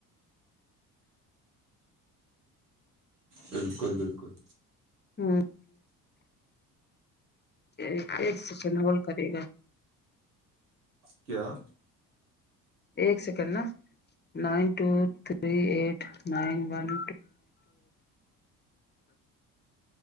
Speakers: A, on the right; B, on the left.
A: بالکل بالکل
B: ہوں ہ ایک س چ ن ہول کررے
A: کیا <inaudible>
B: ایک سیکنڈ نا نائن ٹو تھری ایٹ ٹ نٹ <unintelligible>